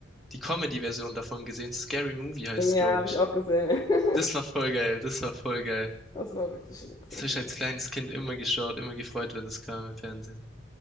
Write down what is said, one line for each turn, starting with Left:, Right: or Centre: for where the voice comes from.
Centre: die Comedy-Version davon gesehen? Scary Movie heißt
Left: Ja, ja
Centre: es, glaube
Left: habe
Centre: ich.
Left: ich auch gesehen. <laughs>
Centre: Das war voll geil, das war voll geil.
Left: Das war wirklich witzig.
Centre: Das habe ich als kleines Kind immer geschaut, immer gefreut, wenn das kam im Fernsehen.